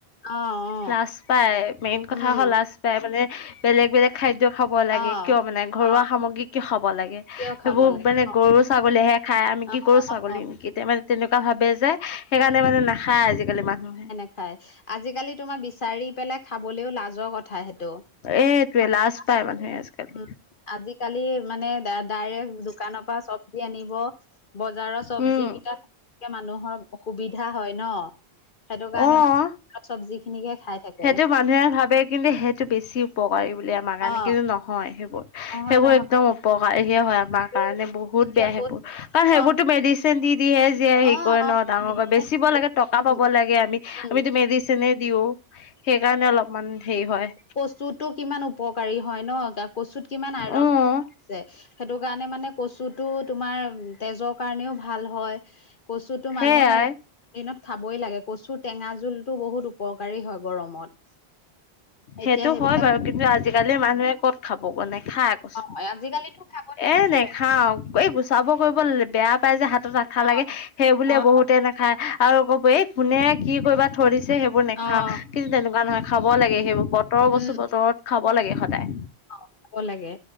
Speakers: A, on the left; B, on the left.
A: অ অ।
B: লাজ পায় মেইন কথা
A: উম
B: হ লাজ পায় মানে বেলেগ বেলেগ খাদ্য খাব লাগে
A: অ
B: কিয় মানে ঘৰুৱা
A: অ
B: সামগ্ৰী কিয় খাব লাগে।
A: কিয় খাব
B: এইবোৰ
A: লাগে
B: মানে
A: অ
B: গৰু ছাগলীহে খায় আমি
A: অ
B: কি গৰু ছাগলী
A: অ
B: নেকি, তে মানে তেনেকুৱা ভাবে যে। সেইকাৰণে মানে নেখায় আজিকালি মানুহে।
A: খায়, আজিকালি তোমাৰ বিচাৰি পেলাই খাবলেও লাজ ক কথা সেইটো
B: এইটোৱে
A: মানে
B: লাজ পায় মানুহে আজিকালি।
A: <inaudible> আজিকালি মানে দা ডাইৰেক্ট দোকানৰ পৰা চবজি আনিব। বজাৰৰ চব্জি
B: উম,
A: কেইটাকে মানুহৰ অসুবিধা হয় ন। সেইটো কাৰণে
B: অ'।
A: ম <inaudible> চব্জি খিনিকে খাই থাকে
B: সেইটো মানুহে ভাবে কিন্তু সেইটো বেছি উপকাৰী বুলি আমাৰ কাৰণে
A: অ
B: কিন্তু নহয় সেইবোৰ।
A: নহয়
B: সেইবোৰ
A: নহয়
B: একদম উপকাৰীহে হয় আমাৰ
A: আৰু
B: কাৰণে বহুত
A: এতিয়া
B: বেয়া সেইবোৰ,
A: ক'ত
B: কাৰণ সেইবোৰতো
A: অ
B: মেডিচিন দি দিয়ে হেৰি
A: অ',
B: কৰে
A: অ',
B: ন ডাঙৰ
A: মেডিচিন
B: কৰে বেচিব লাগে টকা
A: উম,
B: পাব
A: উম,
B: লাগে আমি
A: উম।
B: আমিতো মেডিচিনে দিও সেইকাৰণে অলপমান হেৰি হয়।
A: কচুতো কিমান উপকাৰী হয় ন, কচুত কিমান আইৰন
B: উম
A: আছে। সেইটো কাৰণে মানে কচুটো তোমাৰ তেজৰ কাৰণেও ভাল হয়। কচুতো
B: সেইয়াই
A: মানুহে দিনত খাবই লাগে কচুৰ টেঙা জোলতো বহুত উপকাৰী হয় গৰমত।
B: সেইটো
A: এতিয়া সেইবিলাক
B: হয় বাৰু কিন্তু আজিকালি মানুহে কত খাব ক নেখায় কচ
A: অ', আজিকালিতো খাব নিবিচাৰে
B: এ নেখাও এই গুচাব কৰিব ল বেয়া। পাই যে হাতত আঠা
A: অ',
B: লাগে সেই বুলিয়ে
A: অ',
B: বহুতে নেখায় আৰু ক'ব এই কোনে কি কৰিবা ধৰিছে সেইবোৰ নেখাওঁ
A: অ',
B: কিন্তু তেনেকুৱা নহয় খাব লাগে সেইবোৰ প বতৰৰ
A: উম,
B: বস্তু বতৰত খাব লাগে সদায়।
A: খাব লাগে।